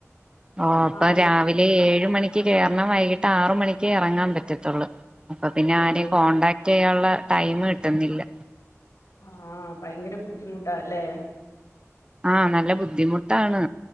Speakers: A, on the right (about 15°); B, on the left (about 85°).
A: ആ അപ്പൊ
B: ആഹ്
A: രാവിലെ ഏഴ് മണിക്ക് കേ റണം വൈകിട്ട് ആറ് മണിക്കേ എറങ്ങാൻ പറ്റത്തുള്ളൂ അപ്പൊ പിന്നെ
B: അയ്യോ
A: ആരേം കോണ്ടാക്ട് ചെയ്യാനുള്ള ടൈം കിട്ടുന്നില്ല
B: ആഹ ഭയങ്കര ബുദ്ധിമുട്ടാ ല്ലേ
A: ആഹ നല്ല ബുദ്ധിമുട്ടാണ്